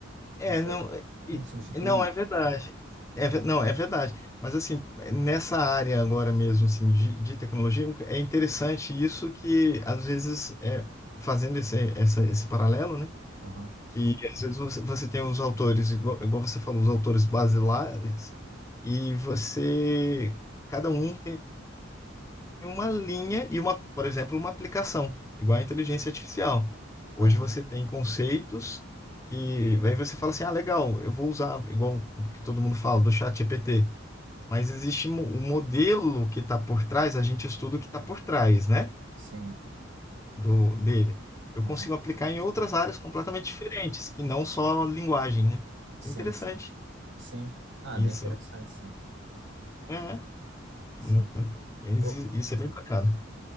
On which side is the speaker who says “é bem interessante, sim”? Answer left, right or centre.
Right